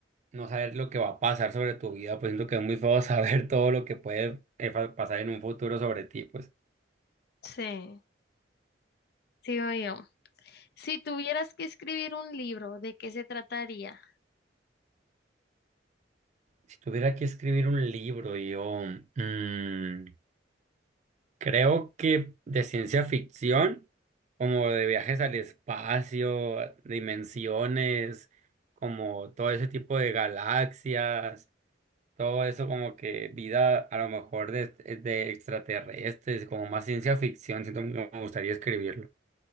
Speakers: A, on the right; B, on the left.
A: no saber lo que va a pasar sobre tu vida, pues siento que es muy feo <laughs> saber todo lo que puede eh, fa- pasar en un futuro sobre ti, pues.
B: Sí, sigo yo. Si tuvieras que escribir un libro, ¿de qué se trataría?
A: Si tuviera que escribir un libro, yo... mm, Creo que de ciencia ficción, como de viajes al espacio, dimensiones, como todo ese tipo de galaxias, todo eso como que vida a lo mejor de, de extraterrestres, como más ciencia ficción, siento que me gustaría escribirlo.